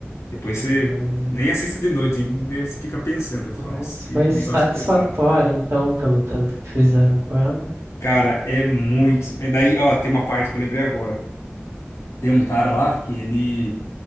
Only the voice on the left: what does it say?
Depois
você nem assista de noite, hein? Daí Você fica pensando, vai falar,
nossa, que
negócio
pesado.
Cara, é muito. É daí, ó, tem uma parte que eu lembrei agora. Tem um cara lá que ele,